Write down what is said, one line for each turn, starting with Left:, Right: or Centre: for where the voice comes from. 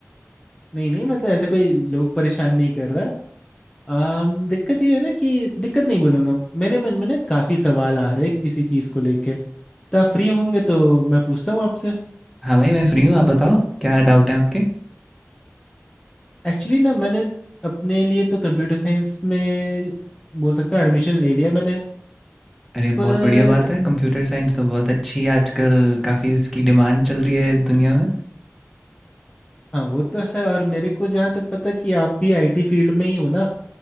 Left: नहीं नहीं मतलब ऐसा कोई लोग परेशान नहीं कर रहा अम दिक्कत ये है ना कि दिक्कत नहीं बोलूंगा मेरे मन में ना काफी सवाल आ रहे हैं किसी चीज को लेके तो आप फ्री होंगे तो मैं पूछता हूँ आपसे
Centre: हाँ भाई मैं फ्री हूँ आप बताओ क्या डाउट है आपके
Left: एक्चुअली ना मैंने अपने लिए तो कंप्यूटर साइंस में बोल सकता हूँ एडमिशन ले लिया मैंने
Centre: अरे
Left: पर
Centre: बहुत बढ़िया बात है कंप्यूटर साइंस तो बहुत अच्छी है आजकल काफ़ी उसकी डिमांड चल रही है दुनिया में
Left: हाँ वो तो है और मेरे को जहाँ तक पता कि आप भी आईटी फील्ड में ही हो ना